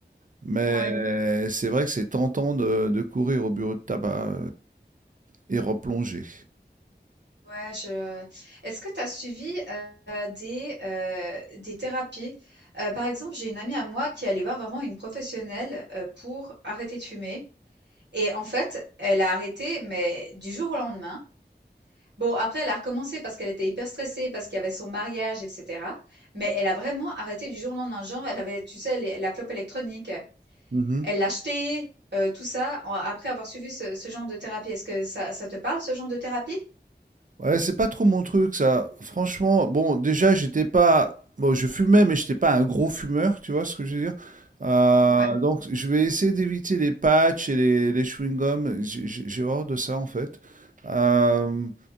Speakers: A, on the right; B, on the right.
A: mais
B: Ouais,
A: c'est vrai que c'est tentant de de courir au bureau de tabac et et replonger.
B: ouais, je est-ce que tu as suivi, heu, des, heu, des thérapies? Heu, par exemple, j'ai une amie à moi qui est allée voir vraiment une professionnelle, heu, pour arrêter de fumer et en fait, elle a arrêté, mais du jour au lendemain Bon, après, elle a recommencé parce qu'elle était hyper stressée, parce qu'il y avait son mariage, etc. Mais elle a vraiment arrêté du jour au lendemain. Genre, elle avait, tu sais, les- la clope électronique,
A: Mmh
B: elle l'a achetée, euh, tout ça, en- après avoir suivi ce, ce genre de thérapie. Est-ce que ça, ça te parle, ce genre de thérapie?
A: Ouais, c'est pas trop mon truc ça. Franchement, bon, déjà, j'étais pas. Bon, je fumais, mais j'étais pas un gros fumeur, tu vois ce que je veux dire? Euh,
B: Ouais.
A: donc, je vais essayer d'éviter les patchs et les, les chewing-gums. J'ai j'ai- j'ai horreur de ça, en fait. Euh,